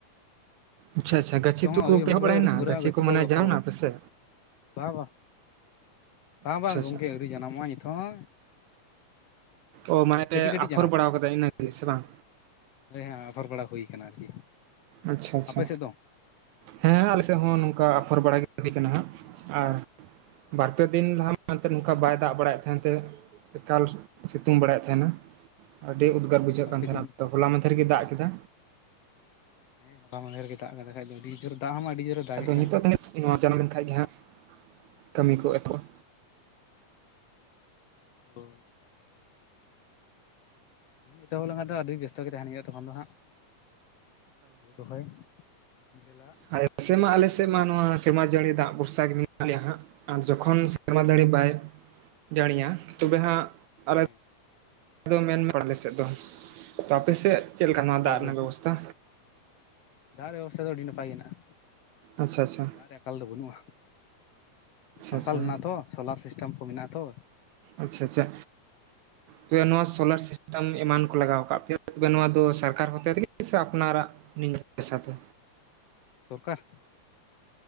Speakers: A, on the right (about 80°); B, on the left (about 65°).
A: ᱟᱪᱪᱷᱟ ᱟᱪᱪᱷᱟ ᱜᱟᱹᱪᱷᱤ
B: ᱱᱤᱛᱚᱜ ᱦᱚᱸ
A: ᱛᱩᱠᱩ
B: ᱟᱹ
A: ᱯᱮ
B: ᱦᱩᱲᱩ
A: ᱮᱦᱚᱵ
B: ᱨᱚᱦᱚᱭ
A: ᱵᱟᱲᱟᱭᱮᱱᱟ
B: ᱟᱹᱣᱨᱤ ᱠᱚ ᱫᱷᱩᱨᱟᱹᱜ-ᱟ ᱜᱟᱹᱪᱷᱤ ᱠᱚ
A: ᱢᱟᱱᱮ
B: ᱩ ᱟᱯᱷᱚᱨ
A: ᱡᱟᱱᱟᱢ
B: ᱵᱟᱲᱟ᱾
A: ᱱᱟ ᱯᱮᱥᱮ
B: ᱵᱟ ᱵᱟ ᱵᱟᱝ
A: ᱟᱪᱪᱷᱟ
B: ᱵᱟᱝ ᱜᱚᱢᱠᱮ
A: ᱟᱪᱪᱷᱟ
B: ᱟᱹᱣᱨᱤ ᱡᱟᱱᱟᱢᱚᱜᱼᱟ ᱱᱤᱛ ᱦᱚᱸ᱾
A: ᱚ ᱢᱟᱱᱮ ᱯᱮ
B: ᱠᱟᱹᱴᱤᱡ ᱠᱟᱹᱴᱤᱡ
A: ᱟᱯᱷᱚᱨ ᱵᱟᱲᱟᱣ ᱠᱟᱫᱟᱭ ᱤᱱᱟᱹᱜᱮ ᱥᱮ ᱵᱟᱝ᱾
B: ᱦᱟᱹᱭ ᱦᱮᱸ ᱟᱯᱷᱚᱨ ᱵᱟᱲᱟ ᱦᱩᱭ ᱠᱟᱱᱟ ᱟᱨᱠᱤ᱾
A: ᱟᱪᱪᱷᱟ ᱟᱪᱷᱟ
B: ᱟᱯᱮ ᱥᱮᱫ ᱫᱚ?
A: ᱦᱮᱸ ᱟᱞᱮᱥᱮᱜ ᱦᱚᱸ ᱱᱚᱝᱠᱟ ᱟᱯᱷᱚᱨ ᱵᱟᱲᱟ ᱜᱤ ᱦᱩᱭ ᱠᱟᱱᱟ ᱦᱟᱸᱜ ᱟᱨ᱾ ᱵᱟᱨ ᱯᱮ ᱫᱤᱱ ᱞᱟᱦᱟ ᱛᱮᱫ ᱱᱚᱝᱠᱟ ᱵᱟᱭ ᱫᱟᱜ ᱵᱟᱲᱟᱭᱮᱜ ᱛᱟᱸᱦᱮᱱ ᱛᱮ᱾ ᱮᱠᱟᱞ ᱥᱤᱛᱩᱝ ᱵᱟᱲᱟᱭᱮᱜ ᱛᱟᱦᱮᱱᱟ᱾ ᱟᱹᱰᱤ ᱩᱫᱽᱜᱟᱹᱨ ᱵᱩᱡᱷᱟᱹᱜ
B: ᱵᱟᱨᱯᱮ
A: ᱠᱟᱱ ᱛᱟᱸᱦᱮᱱᱟ
B: ᱫᱤᱱ
A: ᱛᱚ ᱦᱚᱞᱟ ᱢᱟᱫᱷᱮᱨ ᱜᱤ ᱫᱟᱜ ᱠᱮᱫᱟ᱾
B: ᱦᱮᱸ ᱦᱚᱞᱟ ᱢᱟᱫᱷᱮᱨ ᱜᱮ ᱫᱟᱜ ᱠᱟᱫᱟ ᱠᱷᱟᱡ ᱫᱚ ᱟᱹᱰᱤ ᱡᱳᱨ ᱫᱟᱜ ᱢᱟ ᱟᱹᱰᱤ ᱡᱳᱨᱮ᱾ ᱫᱟᱜ
A: ᱟᱫᱚ
B: ᱮᱫ
A: ᱱᱤᱛᱚᱜ
B: ᱠᱟᱱ
A: ᱛᱟᱹᱱᱤ ᱱᱚᱣᱟ ᱪᱟᱱᱟᱣ ᱞᱮᱱ ᱠᱷᱟᱡ ᱜᱮ ᱦᱟᱸᱜ ᱠᱟᱹᱢᱤ ᱠᱚ ᱮᱛᱚᱦᱚᱵᱟ᱾
B: ᱚ᱾ ᱮᱛᱚᱦᱚᱵ ᱞᱮᱠᱷᱟᱱ ᱫᱚ ᱟᱹᱰᱤ ᱵᱮᱥᱛᱚ ᱜᱮ ᱛᱟᱦᱮᱱ ᱦᱩᱭᱩᱜ-ᱟ ᱛᱚᱠᱷᱚᱱ ᱫᱚ ᱦᱟᱸᱜ᱾ ᱟᱹᱞᱩ ᱨᱚᱦᱚᱭ ᱰᱷᱮᱞᱟᱜ᱾
A: ᱟᱞᱮᱥᱮᱜ ᱢᱟ ᱟᱞᱮᱥᱮᱜ ᱢᱟ ᱱᱚᱣᱟ ᱥᱮᱨᱢᱟ ᱡᱟᱹᱲᱤ ᱫᱟᱜ ᱵᱷᱚᱨᱥᱟ ᱜᱮ ᱢᱮᱱᱟᱜ ᱞᱮᱭᱟ ᱦᱟᱸᱜ᱾ ᱟᱨ ᱡᱚᱠᱷᱚᱱ ᱥᱮᱨᱢᱟ ᱡᱟᱹᱲᱤ ᱵᱟᱭ ᱡᱟᱹᱲᱤᱭᱟ ᱛᱚᱵᱮ ᱦᱟᱸᱜ᱾ ᱟᱞᱮ
B: ᱦᱮᱸ
A: ᱫᱚ ᱢᱮᱱ ᱢᱮ ᱟᱞᱮ ᱥᱮᱫ ᱫᱚ ᱛᱚ ᱟᱯᱮ ᱥᱮᱜ ᱪᱮᱫ ᱞᱮᱠᱟ ᱱᱚᱣᱟ
B: ᱟᱠᱟᱞ
A: ᱫᱟᱜ ᱨᱮᱱᱟᱜ
B: ᱵᱚᱞᱛᱮ
A: ᱵᱮᱵᱚᱥ ᱛᱟ᱾
B: ᱫᱟᱜ ᱨᱮᱭᱟᱜ ᱵᱮᱵᱚᱥᱛᱷᱟ ᱫᱚ ᱟᱹᱰᱤ ᱱᱟᱯᱟᱭ ᱜᱮ ᱦᱮᱱᱟᱜ-ᱟ
A: ᱟᱪᱪᱷᱟ ᱟᱪᱪᱷᱟ
B: ᱫᱟᱜ ᱨᱮᱭᱟᱜ ᱟᱠᱟᱞ ᱫᱚ ᱵᱟᱹᱱᱩᱜ-ᱟ᱾ ᱢᱟᱨᱥᱟᱞ
A: ᱟᱪᱪᱷᱟ
B: ᱢᱮᱱᱟᱜᱼᱟ ᱛᱚ, ᱥᱳᱞᱟᱨ ᱥᱤᱥᱴᱮᱢ ᱠᱚ ᱢᱮᱱᱟᱜᱼᱟ ᱛᱚ,
A: ᱟᱪᱪᱷᱟ ᱪᱷᱟ,
B: <unintelligible>
A: ᱛᱚᱵᱮ ᱱᱚᱣᱟ ᱥᱳᱞᱟᱨ ᱥᱤᱥᱴᱮᱢ ᱮᱢᱟᱱ ᱠᱚ ᱞᱟᱜᱟᱣ ᱠᱟᱜ ᱯᱮᱭᱟ ᱛᱚᱵᱮ ᱱᱚᱣᱟ ᱫᱚ ᱥᱚᱨᱠᱟᱨ ᱦᱚᱛᱮ ᱛᱮᱜᱮ ᱥᱮ ᱟᱯᱱᱟᱨᱟᱜ ᱱᱤᱡᱮᱨᱟᱜ ᱯᱚᱭᱥᱟ ᱛᱮ?
B: ᱥᱚᱨᱠᱟᱨ᱾